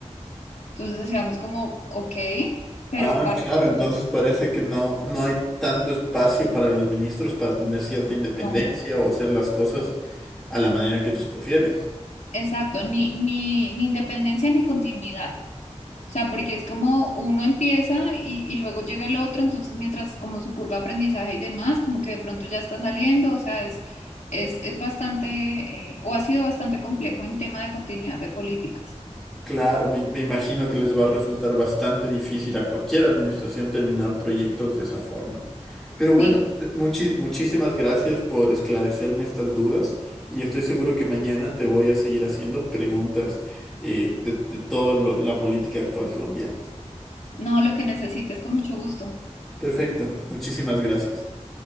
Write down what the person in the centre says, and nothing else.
Ah,
claro, entonces parece que no, no hay tanto espacio para los ministros para tener cierta independencia
o hacer las cosas a la manera que ellos prefieren.
Claro, me, me imagino que les va a resultar bastante difícil a cualquier administración terminar proyectos de esa forma. Pero bueno,
de- muchi- muchísimas gracias por esclarecerme estas dudas y estoy seguro que mañana te voy a seguir haciendo preguntas eh, de, de toda lo- la política actual colombiana.
Perfecto, muchísimas gracias.